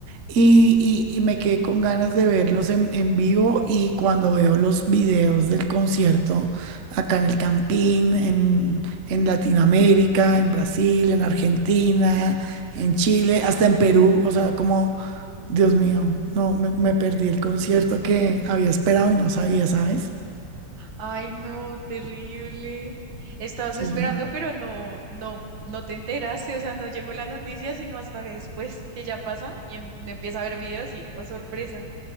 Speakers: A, on the right; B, on the right.
A: y, y- y me quedé con ganas de verlos en, en vivo y cuando veo los videos del concierto acá en el Campín, en, en Latinoamérica, en Brasil, en Argentina en Chile, hasta en Perú, o sea, como, Dios mío, no, me, me perdí el concierto que había esperado y no sabía, ¿sabes?
B: Ay, no, terrible. Estabas
A: Sí.
B: esperando, pero no, no, no te enteraste, o sea, no llegó la noticia sino hasta después que ya pasa y em- empieza a ver videos y, oh, sorpresa,